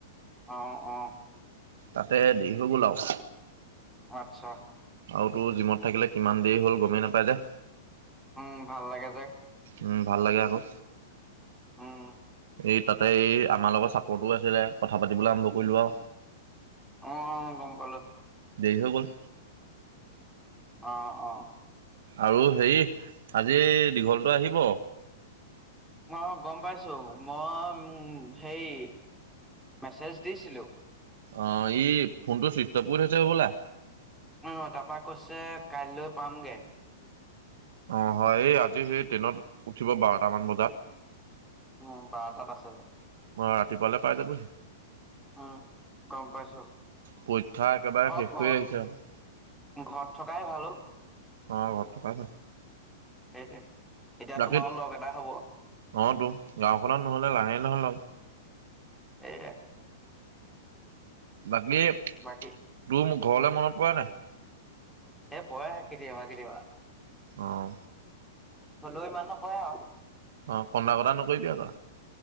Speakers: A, in the centre; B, on the right.
A: অঁ, অঁ।
B: তাতে দেৰি হৈ গল আৰু।
A: অঁ আচ্ছা।
B: আৰু তোৰ জিমত থাকিলে কিমান দেৰি হল গমেই নাপাই যে।
A: উম ভাল লাগে যে।
B: উম ভাল লাগে আকৌ।
A: উম, উম।
B: এই তাতে এই আমাৰ লগত ছাপৰ্টো আছিলে কথা পাতিবলৈ আৰম্ভ কৰিলোঁ আৰু।
A: অঁ, অঁ গম পালোঁ।
B: দেৰি হৈ গ'ল।
A: অঁ, অঁ।
B: আৰু হেৰি আজি এই দীঘলটো আহিব।
A: অঁ গম পাইছো, মই হেই মেছেজ দিছিলোঁ।
B: অঁ, ই ফোনটো চুষ্টপ কৰি থইচে হ'বলা।
A: অঁ, তাপা কৈছে কাইলৈ পামগে।
B: অঁ, হয় এই আজি সেই ট্ৰেইনত উঠিব বাৰটামান বজাত।
A: উম বাৰতাত আছে।
B: অ ৰাতিপুৱালে পাই যাবহি
A: উম গম পাইছো।
B: পৰীক্ষা একেবাৰে
A: ঘৰ
B: শেষ
A: কত?
B: কৰি আহিছে আৰু
A: ঘৰত থকাই ভালো অউ।
B: অঁ ঘৰত থকা ভাল।
A: সেইটোৱে। এতিয়া
B: জাগিত,
A: তোমাৰো লগ এটা হ'ব
B: অঁ তো গাঁওখনত নহলে নাই নহয় লগ।
A: সেয়েহে-
B: বাকী-
A: বাকী-
B: তোৰ ঘৰলৈ মনত পৰে নাই।
A: এ পই কেতিয়াবা কেতিয়াবা।
B: অঁ।
A: হলো ইমান নপৰে আৰু।
B: অঁ কন্দা কটা নকৰিবি আকৌ।